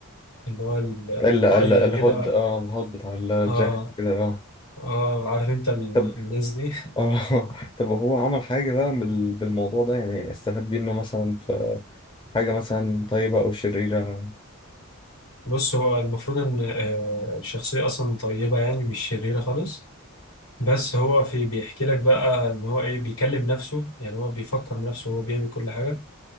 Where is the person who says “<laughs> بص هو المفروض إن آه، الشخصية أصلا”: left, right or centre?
Left